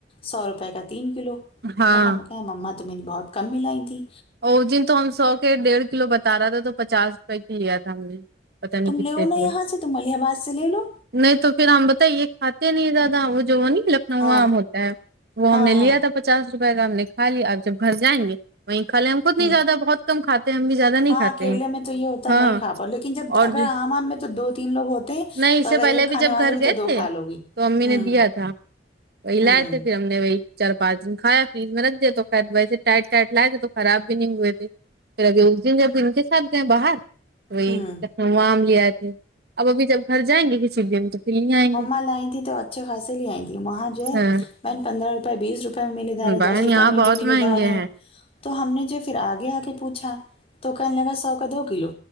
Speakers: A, on the left; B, on the right.
A: سو روپئے کا تین کلو
B: ہاں
A: تو ہم کہے مما تم میری بہت کم میں لائی تھی
B: او جن تو ہم سو کے ڈیڑھ کلو بتا رہا تھا تو پچاس روپئے کی لیا تھا ہم نے پتا نہیں
A: تم
B: کتنے
A: لیو
B: تھے
A: نا یہاں سے تم علیہ آباد سے لے لو
B: نہیں تو پھر ہم بتاے یہ کھاتے نہیں زیادہ وہ جونی نو
A: ہاں
B: آم ہوتا ہے وہ
A: ہاں
B: ہم نے لیا
A: ہاں
B: تھا پچاس روپے کا ہم نے کھا لیا آپ جب گھر جائیں گے <unintelligible>
A: ہ
B: بہت کم کھاتے ہیں ہم بھی زیادہ نہیں
A: ہاں
B: کھاتے
A: اکیلے
B: ہیں
A: میں تو یہ ہوتا
B: ہاں
A: نہیں کھا پا لیکن جب
B: اور
A: اگر
B: جو
A: آم آم میں تو دو تین لوگ ہوتے ہیں
B: نہیں اس
A: تو اگر
B: سے پہلے
A: ایک کھانے
B: بھی جب
A: والی
B: گھر
A: ہوگی
B: گئے
A: تو
B: تھے
A: کھا لو گی
B: تو امی
A: ہوں
B: نے دیا تھا وہی
A: ہوں
B: لائے تھے پھر ہم نے وہی چار پانچ دن کھایا فریج میں رکھ دیا تو خیر ویسے ٹائٹ ٹائٹ لائے تھے تو خراب بھی نہیں ہوئے تھے پھر ابھی اس دن جب ان کے ساتھ گئے باہر وہی
A: ہوں
B: لکھنؤو آم لے آئے تھے اب ابھی جب گھر جائیں گے کسی دن تو پھر لے آئیں
A: اماں
B: گے
A: لائی تھیں تو اچھے خاصے لے آئی تھی وہاں جو ہے
B: ہاں
A: مم پندرہ روپے بیس روپے میں ملے جارے
B: بہن
A: دس روپے
B: یہاں
A: میں
B: بہت
A: بھی ملے
B: مہنگے
A: جارہے ہیں تو ہم نے جو پھر آگے آ کے پوچھا تو کہنے لگا سو کا دو کلو